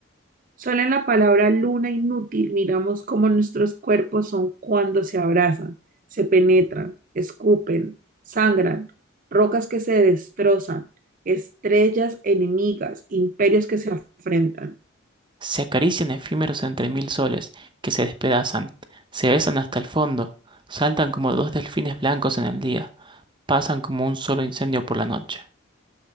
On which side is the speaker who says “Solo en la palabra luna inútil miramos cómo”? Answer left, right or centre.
Right